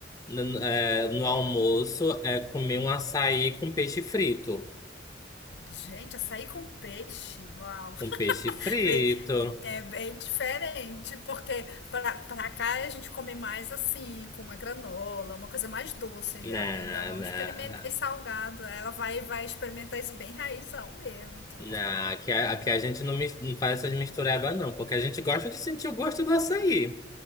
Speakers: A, on the left; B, on the left.
A: no, é, no almoço é comer um açaí com peixe frito.
B: Gente, açaí com peixe, uau!
A: Um
B: <laughs>
A: peixe frito.
B: Bem, é bem diferente, porque pra, pra cá a gente come mais assim, com uma granola, uma coisa mais doce.
A: Não,
B: Eu ainda não
A: não.
B: experimentei salgado. Ela vai, vai experimentar isso bem raizão mesmo, então.
A: Não, aqui, a- aqui a gente não, mis- não faz essas misturebas, não, porque a gente gosta de sentir o gosto do açaí.